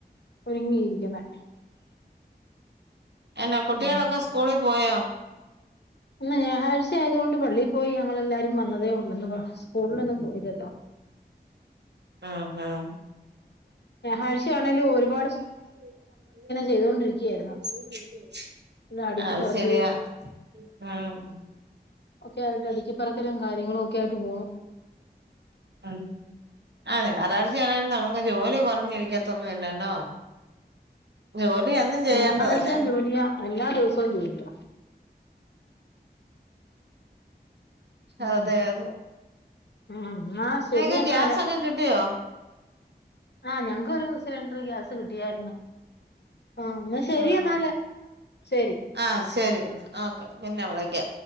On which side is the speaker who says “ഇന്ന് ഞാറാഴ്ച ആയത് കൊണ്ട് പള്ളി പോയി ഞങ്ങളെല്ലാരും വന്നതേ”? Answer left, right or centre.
Left